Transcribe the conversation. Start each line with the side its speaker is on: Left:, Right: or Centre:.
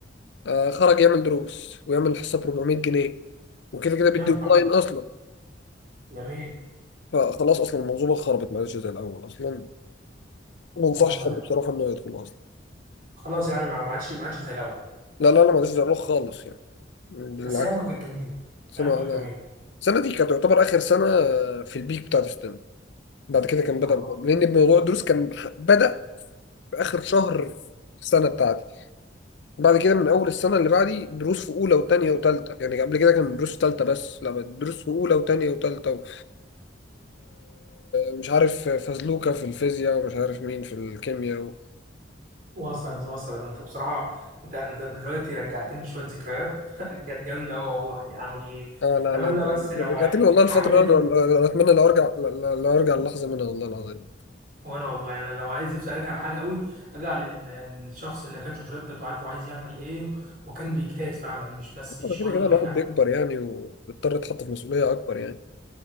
Left: آه، خرج يعمل دروس ويعمل حصه ب 400 جنيه وكده كده بيدي
Right: يا نهار
Left: اونلاين اصلا
Right: جميل
Left: فخلاص اصلا المنظومه خربت ما عادش زي الاول اصلا ما انصحش
Right: وصلت
Left: حد بصراحه انه يدخل اصلا
Right: خلاص يعني ما ما عادش ما عادش زي الاول
Left: لا لا لا ما عادش زي الاول خالص يعني بالعكس
Right: بس ايامكم كانت جميله
Left: السنه
Right: ايامكم
Left: أنا-
Right: كانت
Left: السنه دي كانت تعتبر اخر سنه آه، في البيك بتاعت السنه بعد كده كان
Right: جميله
Left: بدا لان موضوع الدروس كان بدا في اخر شهر في السنه بتاعتي بعد كده من اول السنه اللي بعدي دروس في اولى وثانيه وثالثه يعني قبل كده كان دروس ثالثه بس لا بقت دروس في اولى وثانيه وثالثه و- ومش عارف فزلوكه في الفيزياء ومش عارف مين في الكيمياء
Right: وصلت وصلت انت بصراحة انت انت دلوقتي رجعتني شوية ذكريات <laughs> كانت جامدة أوي والله يعني
Left: اه لا
Right: اتمنى
Left: لا
Right: بس
Left: رج-
Right: لو
Left: رجعت
Right: الحاجة
Left: لي والله الفترة
Right: ترجع
Left: اللي انا اللي أنا اتمنى لو ارجع لو ارجع اللحظة منها والله العظيم
Right: وانا والله يعني لو عايز أفس- ارجع لحاجة أوي ارجع لل- للشخص اللي كانش مشتت وعارف هو عايز يعمل ايه وكان بيجتهد فعلا مش بس
Left: آه،
Right: شوية
Left: كده كده
Right: ويرجع
Left: الواحد بيكبر
Right: تاني
Left: يعني وبيضطر يتحط في مسؤولية اكبر يعني